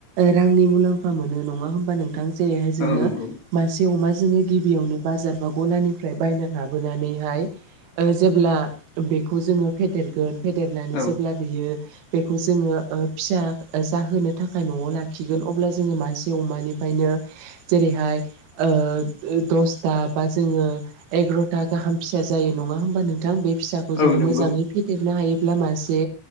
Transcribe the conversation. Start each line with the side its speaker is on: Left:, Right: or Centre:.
Right: रांनि मुलाम्फा मोनो नङा होमबा नोंथां जेरैहाय जोंनो
Left: औ नंगौ
Right: मासे अमााजोङो गिबियावनो बाजार बा गलानिफ्राय बायना लाबोनानैहाय जेब्ला बेखौ जोङो फेदेरगोन फेदेरनानै
Left: औ
Right: जेब्ला बेयो बेखौ जोङो फिसा जाहोनो थाखाय न'आव लाखिगोन अब्ला जोङो मासे अमानिफ्रायनो जेरैहाय दसथा बा जोङो एगार'था गाहाम फिसा जायो नङा होमबा नोंथां बे फिसा खौ जोङो
Left: औ नंगौ
Right: मोजाङै फेदेरनो हायोब्ला मासे